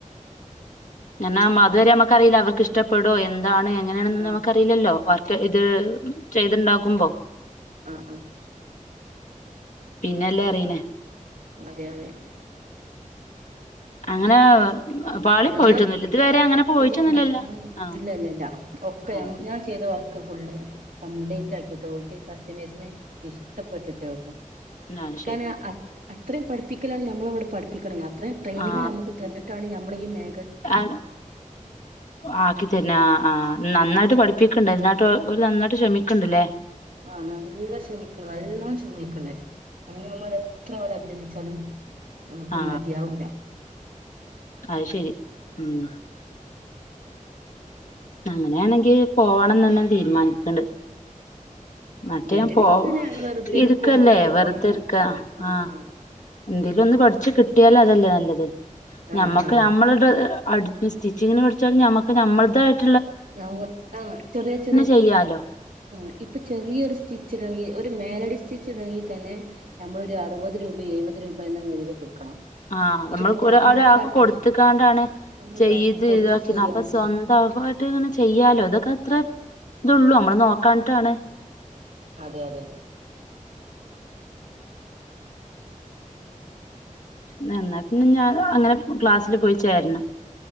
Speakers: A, on the left (about 65°); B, on the right (about 90°).
A: <unintelligible> അതുവരെ നമ്മുക്കറിയില്ല അവർക്ക് ഇഷ്ടപ്പെടോ എ അതാണ് എങ്ങനെയാണന്ന്
B: ആ
A: നമുക്കറിയില്ലല്ലോ
B: അത്
A: വർക്ക് ഇത് ചെയ്ത്ണ്ടാക്കുമ്പം
B: അ അ
A: പിന്നെല്ലേ അറിയ്നേ
B: അതെ അതെ
A: അങ്ങനെ പാളി
B: ഞമ്മൾ
A: പോയിട്ടൊന്നുമില്ല ഇതുവരെ അങ്ങനെ പോയിട്ടൊന്നുമില്ലല്ലോ
B: ഇല്ലല്ല
A: ആ
B: ഇല്ലല്ല ഇല്ല ഒക്കെ
A: ആ
B: ഞാൻ ചെയ്ത ഫുൾ കംപ്ലീറ്റ് ആക്കീട്ട് ഓൽക്ക് കസ്റ്റമേഴ്സിന് ഇഷ്ടപ്പെട്ടിട്ടേ ഉള്ളു.
A: ന്നാ ശരി.
B: കാരണം അ- അത്രയും പഠിപ്പിക്കലാണ് ഞമ്മളവിടെ പഠിപ്പി അത്രേം ട്രെയിനിങ്
A: ആ
B: നമ്മക്ക് തന്നിട്ടാണ് നമ്മളി മേ
A: ആ ആക്കി തര്നാ ആ നന്നായിട്ട് പഠിപ്പിക്ക നന്നായിട്ട് ഓര് നന്നായിട്ട് ശ്രമിക്ക്ണ്ട്ല്ലേ
B: ആ നല്ല ശ്രമിക്ന് നല്ലോണം ശ്രമിക്ന് അതിന് നമ്മൾ എത്ര ഓലെ അഭിനന്ദിച്ചാലും നമുക്ക്
A: ആ
B: മതിയാവൂല്ല.
A: അത് ശരി ഉം. അങ്ങനെയാണെങ്കി പോകണം തന്നെ തീരുമാനിക്ക്ണ്ട് മറ്റേ
B: വീട്ടിൽ
A: പോ
B: ഇങ്ങനെ വെറുതെ ഇരിക്കുമ്പം
A: ഇട്ക്കല്ലേ
B: പോവാണ്
A: വെറുതെര്ക്ക
B: നല്ലത് ആഹ്
A: ആ
B: ആഹ്
A: എന്തേലും ഒന്ന് പഠിച്ച് ട്ടിയാല് അതല്ലേ നല്ലത് ഞമ്മക്ക്
B: ആഹ് ആഹ്
A: നമ്മളുടെ അടുത്ത് സ്റ്റിച്ചിങ്ങിന് പഠിചാലും ഞമ്മക്ക് നമ്മളതായിട്ട്
B: ഒ ആ ചെറിയ ചെറിയ
A: ചെയ്യാലോ
B: ആ ഇപ്പൊ ചെറിയൊരു സ്റ്റിച്ച് ഇണങ്കി ഒരു മേലഡി സ്റ്റിച്ച് ഇടണങ്കി തന്നെ നമ്മളൊരു അറുപത് രൂപ എഴുപത് രൂപ എന്ന നിലയിൽ കൊടുക്കണം
A: ആ നമ്മൾ
B: ഇതിപ്പോ ഞമ്മള്
A: ഒരാൾക്ക്
B: പ
A: കൊടുത്തക്കാണ്ടാണ്
B: ആ നമ്മൾ
A: ചെയ്ത്
B: ഒരാൾക്ക് കൊടുത്ത്
A: ഇതാക്ക്
B: ചെയ്യാണ്
A: അപ്പൊ സ്വന്ത ഇങ്ങനെ ചെയ്യാലോ ഇതൊക്കെ അത്ര ഇതള്ളൂ നമ്മള് നോക്കാൻട്ടാണ്
B: അതെ അതെ
A: ന്നാ പിന്നെ ഞാനും അങ്ങനെ ക്ലാസ്സില് പോയി ചേരണം